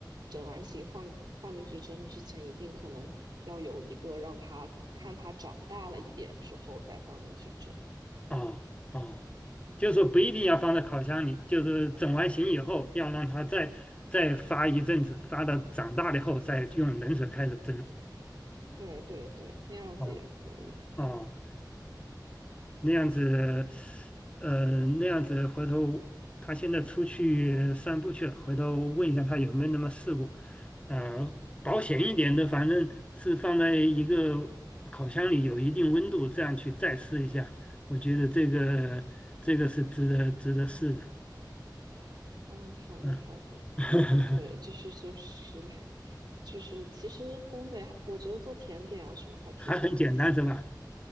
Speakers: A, on the right; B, on the left.
A: 整完形放放进去蒸之前，一定可能要有一个让它看它长大了一点之后再放进去蒸。
B: 哦哦，就是说不一定要放在烤箱里，就是整完形以后要让它再再发一阵子，发到长大了以后再用冷水开始蒸。
A: 对对对，那样子也可以。
B: 哦哦。那样子，呃，那样子回头他现在出去散步去了，回头问一下他有没有那么试过。呃，保险一点的，反正是放在一个烤箱里有一定温度，这样去再试一下。我觉得这个这个是值得值得试的，
A: 嗯，好的好的，
B: 嗯，<laughs>
A: 对，就是就是 <laughs> 就是，其实烘焙还，我觉得做甜点啊什么还挺有意思的。
B: 还很简单是吧？